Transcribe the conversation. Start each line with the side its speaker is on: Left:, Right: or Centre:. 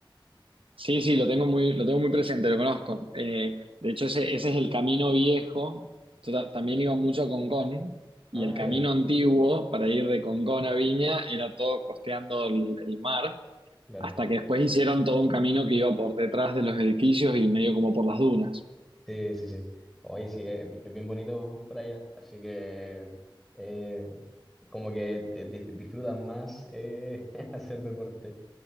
Right: Sí, sí, lo tengo muy, lo tengo muy presente, lo conozco. Eh, de hecho, ese, ese es el camino viejo. Yo ta- también iba mucho a Concón y
Centre: Ah,
Right: el camino
Centre: ya,
Right: antiguo para ir de Concón a Viña era todo costeando el, el mar,
Centre: claro.
Right: hasta que después hicieron todo un camino que iba por detrás de los edificios y medio como por las dunas.
Centre: Sí, sí, sí. Oye, sí, es, bi- es bien bonito por allá. Así que eh, como que eh, dif- disfrutan más eh, <laughs> hacer deporte.